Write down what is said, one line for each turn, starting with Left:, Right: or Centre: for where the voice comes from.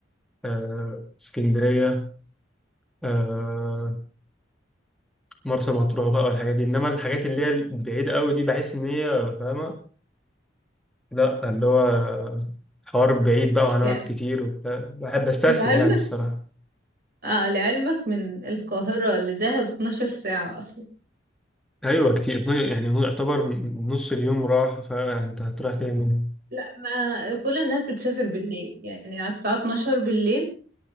Centre: آه، اسكندرية آه، مرسى مطروح بقى والحاجات دي انما الحاجات اللي هي البعيدة قوي دي بحس ان هي فاهمة لا اللي هو حوار بعيد بقى وهنقعد
Right: يعني
Centre: كتير وبتاع بحب استسهل
Right: العلم
Centre: يعني الصراحة
Right: آه لعلمك من القاهرة لدهب 12 ساعة أصلا
Centre: ايوه كتير يعني يعتبر نص اليوم راح فانت هتروح تاني
Right: لا ما كل الناس بتسافر بالليل يعني على الساعة 12 بالليل